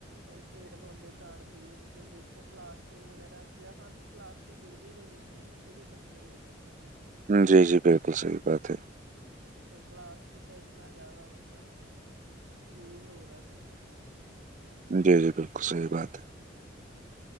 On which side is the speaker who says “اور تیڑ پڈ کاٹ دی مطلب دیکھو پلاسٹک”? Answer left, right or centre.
Right